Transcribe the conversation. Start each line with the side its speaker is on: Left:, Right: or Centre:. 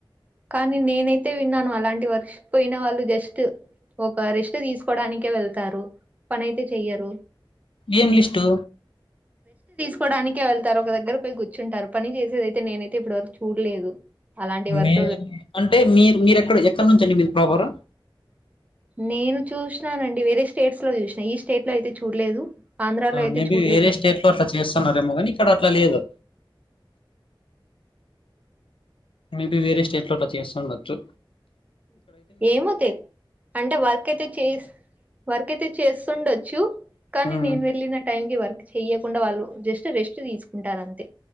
Right: కానీ నేనైతే విన్నాను అలాంటి వర్క్స్ పోయిన వాళ్ళు జస్ట్ ఒక రిస్ట్ తీసుకోడానికే వెళ్తారు పని అయితే చెయ్యరు
Left: ఏం లిస్టు
Right: చకోవడానికే వెళ్తారు ఒక దగ్గర పోయి గుర్చుంటారు పని చేసేదితే నేనైతే ఇప్పటివరకు చూడలేదు అలాంటి వర్కులు
Left: మే అంటే మీరు మీరు ఎక్కడ ఎక్కడ నుంచండి మీరు ప్రాపర్
Right: నేను చూసినానండి వేరే స్టేట్స్ లో చూసినా ఈ స్టేట్ లో అయితే చూడలేదు ఆంధ్రాలో అయితే
Left: మేబి
Right: చూడలేదు
Left: వేరే
Right: నేను
Left: స్టేట్ లో అట్లా చేస్తున్నేమో కాని ఇక్కడ అట్లా లేదు మేబి వేరే స్టేట్ లో అట్లా చేస్తా ఉండొచ్చు
Right: ఏమో తెల అంటే వర్క్ అయితే చేసి వర్క్ అయితే చేస్తుండొచ్చు కానీ
Left: ఉమ్
Right: నేను వెళ్ళిన టైం క వర్క్ చెయ్యకుండా వాళ్ళు జస్ట్ రెస్ట్ తీసుకుంటారు అంతే